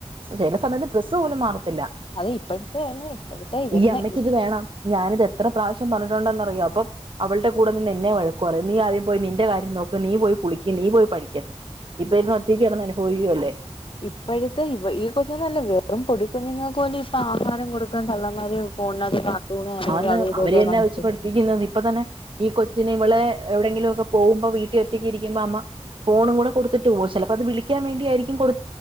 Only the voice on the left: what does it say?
അത് ഇപ്പോഴത്തെ അല്ല ഇപ്പോഴത്തെ ഇവരുന്ന
ഇപ്പൊഴത്തെ ഇവ ഈ കൊച്ചുങ്ങളല്ല വെറും പൊടി കുഞ്ഞുങ്ങൾക്ക് പോലും ഇപ്പൊ ആഹാരം കൊടുക്കാൻ തള്ളമാര് <unintelligible>
അതും ഇതൊക്കെ
കാണിച്ചു
കൊടുക്കും